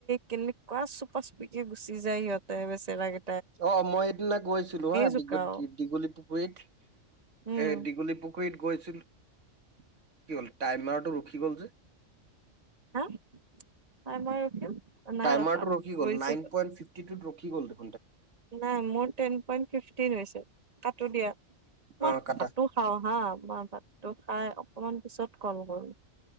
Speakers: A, on the right; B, on the right.
A: কেনেকুৱা চুপা চুপিকে গুচি যায় সিহঁতে বেচেৰাগে
B: অ মই সেইদিনা গৈছিলো হা
A: জোকাও
B: দীঘলী পুখুৰীত,
A: উম
B: এ দীঘলী পুখুৰীত গৈছিল কি হ'ল টাইমাৰটো ৰখি গ'ল যে।
A: হা হয় মই ৰখিম। নাই
B: টাইমাৰ
A: ৰখা
B: টো ৰখি গল
A: গৈছে
B: নাইন পইণ্ট ফিফটি তোত ৰখি গল। কি কৰিল দে
A: নাই মোৰ টেন পইট ফিফটিন হৈছে কাটো দিয়া।
B: অ
A: মই
B: কাটা
A: ভাত খাওঁ হা মই ভাতটো খাই অকমান পিছত কল কৰো।